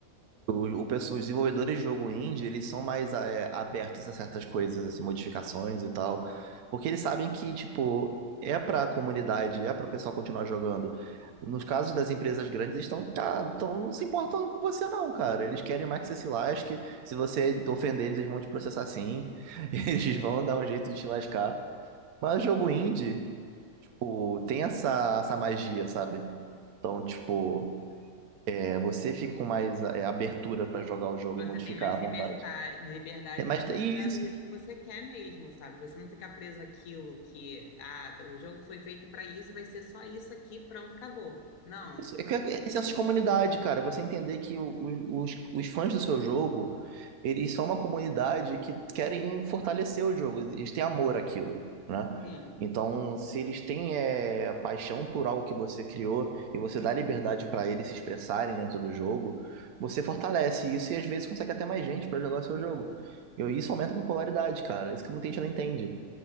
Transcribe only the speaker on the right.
Os, o pessoa- os desenvolvedores de jogo indie, eles são mais é, abertos a certas coisas, assim, modificações e tal, porque eles sabem que, tipo, é pra comunidade, é pro pessoal continuar jogando. Nos casos das empresas grandes, eles estão, cara, tão não se importando com você não, cara. Eles querem mais que você se lasque. Se você ofender eles, eles vão te processar sim. <laughs> Eles vão dar um jeito de te lascar. Mas jogo indie, tipo, tem essa, essa magia, sabe? Então, tipo, é, você fica com mais é, abertura para jogar o jogo
e modificar
à
vontade.
É, mas
e
isso,
isso é, que é, é senso de comunidade, cara. Você entender que o- o- os, os fãs do seu jogo, eles são uma comunidade que querem fortalecer o jogo, eles têm amor àquilo, né?
Então, se eles têm é, paixão por algo que você criou e você dá liberdade para eles se expressarem dentro do jogo, você fortalece isso e às vezes consegue até mais gente para jogar o seu jogo. E isso aumenta a popularidade, cara. Isso que muita gente não entende.